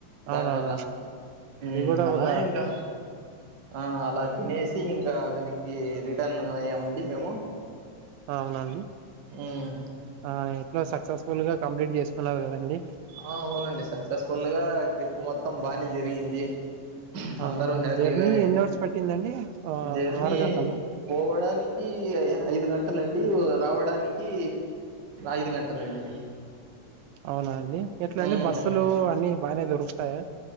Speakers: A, on the right (about 85°); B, on the right (about 45°).
A: అవునవునండి
B: దానివల్ల.
A: అది
B: మ్
A: కూడా
B: అలాగే
A: ఒక
B: ఇంకా ఆ అలా తినేసి ఇంకా గనికి ఈ రిటర్న్ అయ్యామండి మేము.
A: అవునండి
B: ఉమ్
A: ఆ ఎట్లో సక్సెస్ఫుల్గా కంప్లీట్ చేసుకున్నారు కదండీ.
B: ఆ అవునండి సక్సెస్ఫుల్ గా ట్రిప్ మొత్తం బానే జరిగింది.
A: ఆ
B: అందరూ హ్యాపీగా
A: జర్నీ
B: అయింది
A: ఎన్నిఅవర్స్ పట్టిందండి ఆ
B: జర్నీ
A: ఆరు గంటల
B: పోవడానికి ఐ ఐదు గంటలం డివు రావడానికి ఐదు గంటలండి
A: అవున అండి ఎట్ల అండి
B: ఉమ్
A: బస్సులు
B: అవును
A: అన్ని బానే దొరుకుతాయా?